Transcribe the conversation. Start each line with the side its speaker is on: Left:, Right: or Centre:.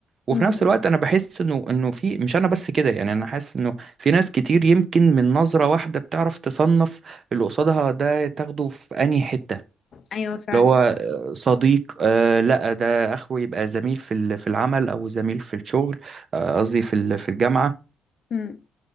Right: وفي
Left: امم
Right: نفس الوقت انا بحس انه انه في مش انا بس كده يعني انا حاسس انه في ناس كتير يمكن من نظرة واحدة بتعرف تصنف اللي قصادها ده تاخده في انهي حتة
Left: ايوه فعلا
Right: اللي هو آه، صديق آه لا ده اخوه يبقى زميل في ال- في العمل او زميل في الشغل آه، قصدي في ال- في الجامعة
Left: امم